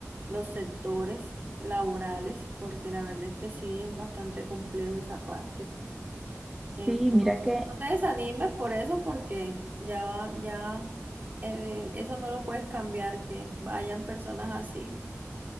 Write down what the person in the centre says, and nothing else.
Sí,
mira que,